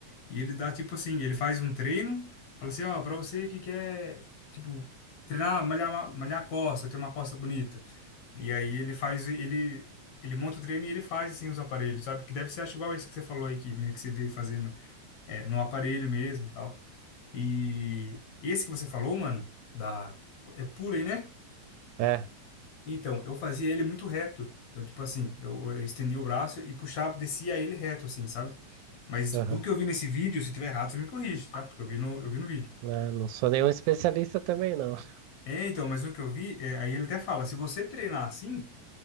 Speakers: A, on the left; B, on the right.
A: E ele dá, tipo assim, ele faz um treino, fala assim, ó, pra você que quer, tipo, treinar, malhar, malhar a costa, ter uma costa bonita. E aí ele faz, ele, ele monta o treino e ele faz, assim, os aparelhos, sabe? Que deve ser, acho, igual esse que você falou aí, que meio que você vê fazendo é, no aparelho mesmo e tal. E esse que você falou, mano, da... É pulley, né?
B: É,
A: Então, eu fazia ele muito reto. Então, tipo assim, eu eu estendia o braço e puxava, descia ele reto, assim, sabe? Mas
B: aham.
A: o que eu vi nesse vídeo, se tiver errado, você me corrige, tá? Porque eu vi no, eu vi no vídeo.
B: Ah, Não sou nenhum especialista também, não. <laughs>
A: É, então, mas o que eu vi, é, aí ele até fala, se você treinar assim,